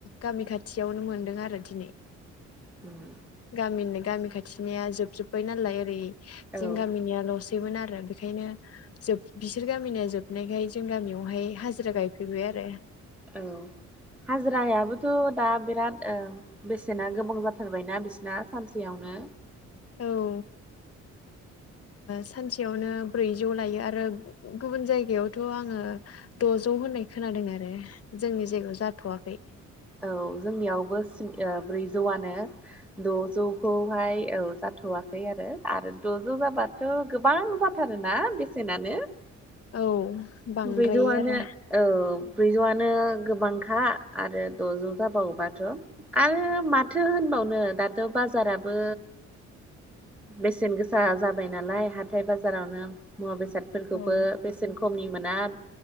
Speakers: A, on the left; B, in the centre.
A: गामि खाथियावनो मोनदों आरो दिनै
B: उम
A: गामिनि गामि खाथिनिया जोबजोब्बाय नालाय ओरै जों
B: औ
A: गामिनियाल'सै दिमोन आरो बिखायनो जोब बिसोर गामिनिया जोबनायखाय जों गामियावहाय हाजिरा गायफैबाय आरो।
B: औ हाजिरायाबोथ' दा बिराद ओं बेसेना गोबां जाथारबायना बिसना सानसेयावनो।
A: औ ओ सानसेयावनो ब्रैजौ लायो आरो गुबुन जायगायावथ' आङो द'जौ होननाय खोनादों आरो जोंनि जायगायाव जाथ'वाखै।
B: औ जोंनियावबो सिन ओ ब्रैजौआनो। द'जौ खौहाय औ जाथ'वा खै आरो आरो द'जौ जाबाथ' गोबां जाथारोना बेसेनानो।
A: औ बांद्रायो
B: ब्रैजौआनो
A: आरो
B: औ ब्रैजौआनो गोबांखा आरो द'जौ जाबावोबाथ' आरो माथो होनबावनो दाथ' बाजाराबो बेसेन गोस जा जाबाय नालाय हाथाय बाजारावनो मुवा बेसादफोरखौबो
A: औ
B: बेसेन खमनि मोना